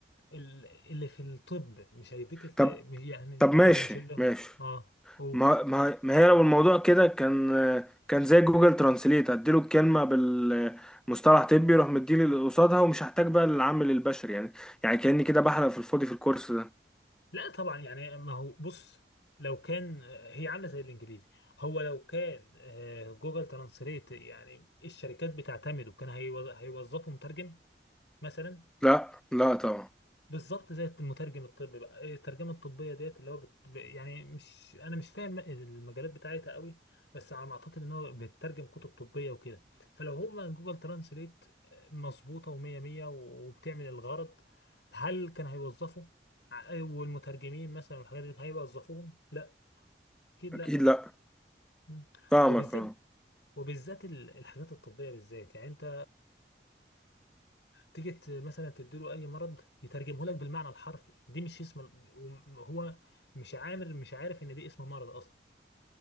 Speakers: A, on the left (about 90°); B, in the centre.
A: ال- اللي في الطب مش هيديك الت...
B: طب
A: يعني
B: طب ماشي
A: يعني مش اللي هو-
B: ماشي
A: اه قول
B: ما ما ما هي لو الموضوع كده كان كان زي جوجل ترانسليت اديله الكلمه بالمصطلح طبي يروح مديني اللي قصادها ومش هحتاج بقى للعامل البشري يعني يعني كاني كده بحلق في الفاضي في الكورس ده
A: لا طبعا يعني ما هو بص لو كان هي عامله زي الانجليزي هو لو كان آه، جوجل ترانسليت يعني الشركات بتعتمده كان هيو- هيوظفوا مترجم مثلا
B: لا لا طبعا
A: بالظبط زي المترجم الطبي بقى إيه الترجمه الطبيه ديت اللي هو بت... ب- يعني مش انا مش فاهم المجالات بتاعتها قوي بس على ما اعتقد ان هو بيترجم كتب طبيه وكده فلو هما جوجل ترانسليت مظبوطه ومية مية وبتعمل الغرض هل كان هيوظفه ع- آه، والمترجمين مثلا والحاجات دي هيوظفوهم لا اكيد
B: اكيد
A: لا
B: لا
A: مم.
B: فاهمك
A: وبالذات
B: اه
A: وبالذات ال- الحاجات الطبيه بالذات يعني انت تيجي ت- مثلا تديله اي مرض يترجمه لك بالمعنى الحرفي دي مش اسم ال- وم- هو مش عامل مش عارف ان دي اسم مرض اصلا